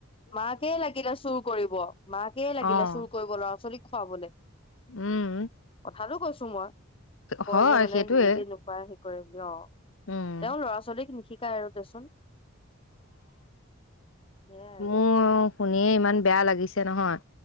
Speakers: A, on the left; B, on the left.
A: মাকে লাগিলে চুৰ কৰিব- মাকে লাগিলে
B: অ',
A: চুৰ কৰিব ল'ৰা ছোৱালীক খোৱাবলে
B: উম,
A: কথাটো কৈছো মই কয়
B: হয়
A: যে মানে
B: সেইটোয়ে
A: নিজে নোখোৱাই সেই কৰে বুলি অহ
B: উম,
A: তেওঁ ল'ৰা ছোৱালীক নিশি শিকাই আৰু দেচোন । সেয়াই আৰু।
B: মোৰ শুনিয়ে ইমান বেয়া লাগিছে নহয়।